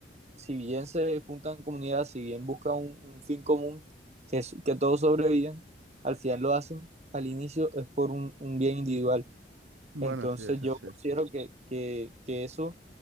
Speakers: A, on the right; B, on the right.
A: si bien se juntan comunidades, si bien buscan un, un fin común, que, es- que todos sobreviven, al final lo hacen, al inicio es por un, un bien individual.
B: Bueno,
A: Entonces
B: sí, eso
A: yo
B: es cierto.
A: considero que, que, que eso